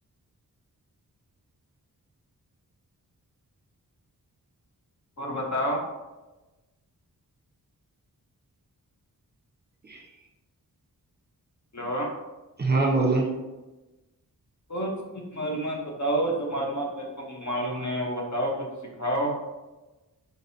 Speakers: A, on the left; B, on the right.
A: اور بتاؤ
B: ہ <inaudible>
A: ہلو
B: ہاں بولو
A: اور کچھ معلومات بتاؤ جو معلومات میرے کو معلوم نہیں ہے وہ بتاؤ کچھ سکھاؤ